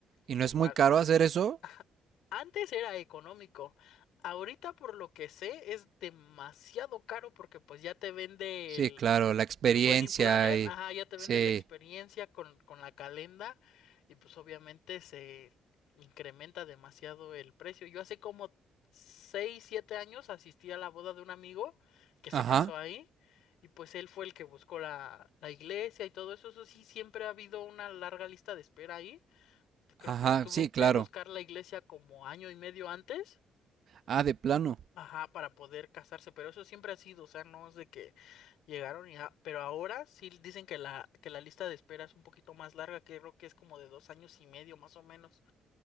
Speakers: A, on the right (about 60°); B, on the left (about 85°).
A: y
B: que
A: no
B: igual
A: es muy caro hacer
B: mm,
A: eso,
B: <laughs> antes era económico, ahorita por lo que sé es demasiado caro porque pues ya te vende
A: Sí,
B: el,
A: claro, la experiencia
B: el wedding planner,
A: y
B: ajá, ya te
A: sí.
B: vende la experiencia con, con la calenda y pues obviamente se incrementa demasiado el precio. Yo hace como 6 7 años asistí a la boda de un amigo que se
A: Ajá,
B: casó ahí y pues él fue el que buscó la, la iglesia y todo eso. Eso sí, siempre ha habido una larga lista de espera ahí creo
A: ajá,
B: que tuvo
A: sí, claro.
B: que buscar la iglesia como año y medio antes,
A: Ah, de plano.
B: ajá, para poder casarse, pero eso siempre ha sido, o sea, no es de que llegaron y, ah, pero ahora sí dicen que la, que la lista de espera es un poquito más larga, que creo que es como de dos años y medio más o menos.